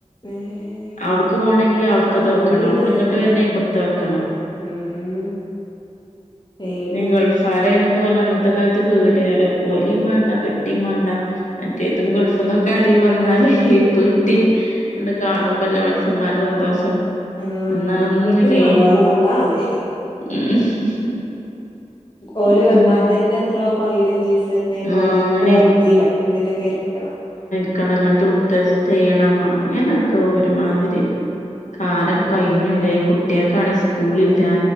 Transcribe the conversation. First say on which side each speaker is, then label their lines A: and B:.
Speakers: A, on the left; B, on the left.
A: ഏഹ്
B: അവിടുക്ക് പോണെങ്കി അവിടുത്തത്
A: ആഹ്
B: വെക്കണം
A: ഔടിം
B: അവിട്ന്ന്
A: ഇണ്ടായിനല്ലോ
B: ഇങ്ങട്ട്
A: ആഹ്
B: വരണെങ്കി ഇവിടത്തെത് വെക്കണം
A: ഉം പേടിയാണ്
B: ഈ ഗൾഫാര്ന്നൊക്കെ പറഞ്ഞ അന്നത്തെ കാലത്ത് പേട്യാ പൊരിം മാണ്ട പെട്ടീം വേണ്ട മറ്റേതും ഗൾഫ്ന്നൊക്കെ ആരേലും വന്നാല് ഈ പെട്ടി
A: ഉം
B: ങ്ങണ്ട് കാണുമ്പല്ലേ മനുഷ്യന്മാരെ സന്തോഷം
A: ആഹ്
B: അന്നതൊന്നും
A: അന്ന് പെട്ടിയൊന്നും
B: ഇല്ലേനി
A: വേണ്ട ഓലെ കണ്ടാ മതി
B: ഉം
A: ഓല്
B: ഉം
A: വന്നാൽ തന്നെ എത്രോ പയിനഞ്ചിസൊക്കെ
B: ആഹ് അങ്ങനെ
A: കോറെന്റീലോ എന്തിലൊക്കെ ഇരിക്കണം
B: ക്കണം ങ്ങട്ട് ടെസ്റ്റ് ചെയ്യണം അങ്ങനെയൊക്കെ ഒരുമാതിരി കാലം
A: ഉം
B: കഴിഞ്ഞുല്ലേ കുട്ടിയേക്കാണെങ്കി സ്ക്കൂളില്ല